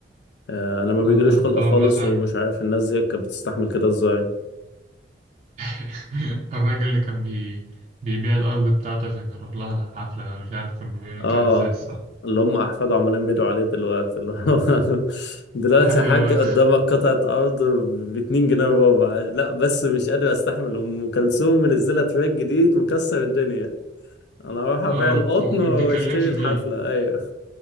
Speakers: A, on the left (about 60°); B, on the right (about 35°).
A: آه، أنا ما بيجيليش
B: آه
A: خلق
B: تقعد
A: خالص
B: مثلا
A: ومش عارف الناس ديت كانت بتستحمل كده إزاي
B: <laughs> الراجل اللي كان بي... بيبيع الأرض بتاعته عشان يروح لها الحفلة أنا مش عارف كان بيعمل
A: اه
B: كده إزاي الصراحة
A: اللي هم احفاده عمالين بيدعوا عليه دلوقتي اللي هو <laughs> دلوقتي
B: أيوه
A: يا حاج قدامك قطعة أرض ب 2 جنيه وربع لا بس مش قادر أستحمل أم كلثوم منزلة تراك جديد مكسر الدنيا انا اروح ابيع
B: آه
A: القطن
B: كو- ما
A: واشتري
B: بتتكلمش
A: الحفلة
B: فيه
A: ايوه